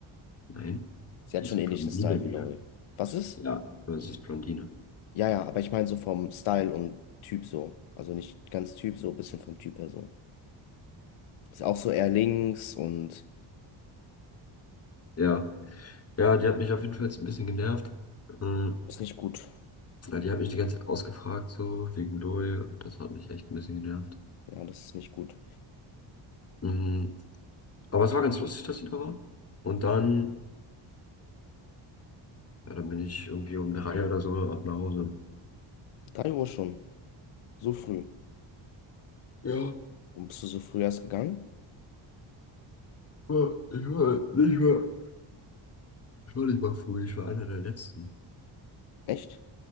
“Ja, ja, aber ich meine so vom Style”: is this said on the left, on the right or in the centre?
Left